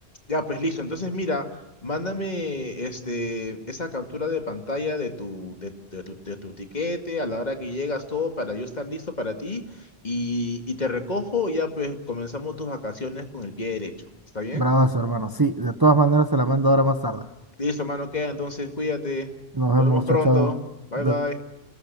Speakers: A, on the left; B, on the right.
A: ya, pues listo. Entonces, mira, mándame este, esa captura de pantalla de tu, de, de tu, de tu tiquete a la hora que llegas, todo para yo estar listo para ti y, y te recojo y ya, pues comenzamos tus vacaciones con el pie derecho. ¿Está bien?
B: bravazo, hermano. Sí, de todas maneras se la mando ahora más tarde.
A: Listo, mano, queda. Entonces, cuídate.
B: Nos
A: Nos
B: vemos,
A: vemos pronto.
B: chao, chao.
A: Bye, bye.